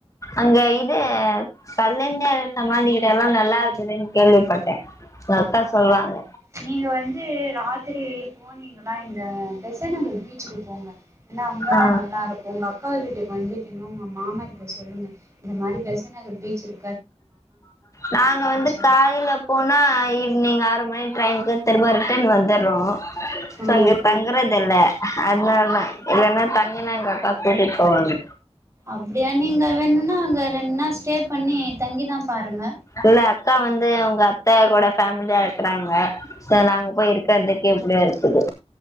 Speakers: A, on the left (about 30°); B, on the right (about 25°).
A: அங்கய் ந்து கலைஞர் சமாதிக்கிட்டல்லா நல்லா இருக்குதுன்னு கேள்விப்பட்டே எங்க அக்கா
B: அ
A: சொல்றாங்க
B: நீங்க வந்து ராத்திரி போனீங்கானா இந்த பெசன்ட்நகர் பீச்சுக்கு போங்க ஏன்னா அங்கதா
A: ஆ
B: நல்லாருக்கு உங்க அக்கா வீட்டுக் வந்துட்டு என்ன்ன உங்க மாமா கிட்ட சொல்லுங்க இந்த மாறி பெசன்ட்நகர் பீச் இருக்கு
A: நாங்க வந்து
B: சொல்லுங்க
A: கார்ல போனா நீங்க ஆறு மணி ட்ரைனுக்கு திரும்ப ரிட்டன் வந் வந்தரோ சோ
B: ம்
A: அங்க தங்கறதுல்ல அதனாலதா இல்லன்னா தங்குனா அங்க அக்கா கூட்டிட்டு போவாங்க
B: அப்படியா நீங்க வேணும்னா அங்க ரெண்டு நாள் ஸ்டே பண்ணி தங்கிதா பாருங்க
A: இல்ல அக்கா வந்து அவங்க அத்தை கூட ஃபேமிலியா இருக்கறாங்க சொ நாங்க போய் இருக்கறதுக்கு எப்டியோ இருக்கு சொல்லு